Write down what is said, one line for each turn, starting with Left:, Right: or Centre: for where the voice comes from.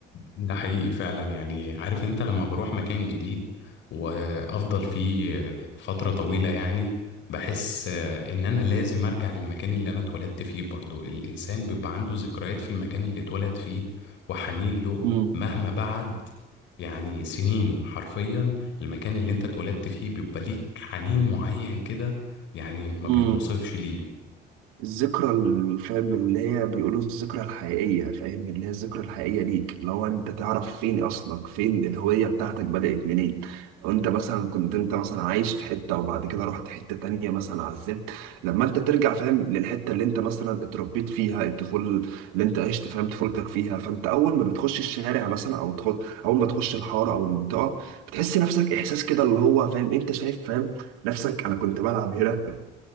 Left: ده حقيقي فعلا يعني عارف انت لما بروح مكان جديد وافضل فيه فترة طويلة يعني بحس آه، ان انا لازم ارجع للمكان اللي انا اتولدت فيه برضو الانسان بيبقى عنده ذكريات في المكان اللي اتولد فيه وحنين له
Right: اه
Left: مهما بعد يعني سنين حرفيا المكان اللي انت اتولدت فيه بيبقى ليك حنين معين كده يعني ما
Right: امم
Left: بيتوصفش ليه
Right: الذكرى ال- فاهم اللي هي بيقولوا الذكرى الحقيقية فاهم اللي هي الذكرى الحقيقية ليك اللي هو انت تعرف فين اصلك فين الهوية بتاعتك بدأت منين لو انت مثلا كنت انت مثلا عايش في حتة وبعد كده رحت حتة تانية مثلا عزلت لما انت ترجع فاهم للحتة اللي انت مثلا اتربيت فيها الطفولة اللي انت عشت فاهم طفولتك فيها فانت اول ما بتخش الشارع مثلا او تخل... اول ما تخش الحارة او المنطقة بتحس نفسك احساس كده اللي هو فاهم انت شايف فاهم نفسك انا كنت بلعب هنا